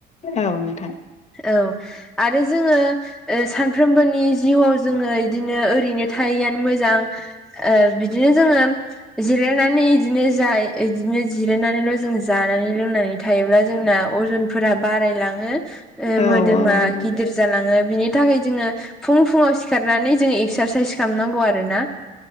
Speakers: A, on the left (about 30°); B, in the centre.
A: औ नोंथां।
B: औ आरो जोङो ओ सानफ्रोमबोनि जिउआव जोङो इदिनो ओरैनो थायैआानो मोजां। ओ बिदिनो जोङो। जिरायनानै इदिनो जाय इदिनो जिरायनानैल' जों जानानै लोंनानै थायोब्ला जोंना अजन फोरा बारायलाङो ओ
A: औ
B: मोदोमा
A: औ
B: गिदिर जालाङो बिनि थाखाय जोङो फुं-फुङाव सिखारनानै जोङो एक्सारसाइस खालामनांगौ आरो ना।